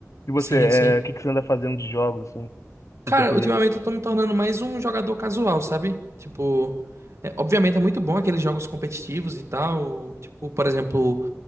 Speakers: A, on the left; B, on the right.
A: E você,
B: Sim,
A: é,
B: sim.
A: o que que você anda fazendo de jogos, assim,
B: Cara,
A: no tempo
B: ultimamente
A: livre?
B: eu tô me tornando mais um jogador casual, sabe? Tipo, é, obviamente é muito bom aqueles jogos competitivos e tal. Tipo, por exemplo,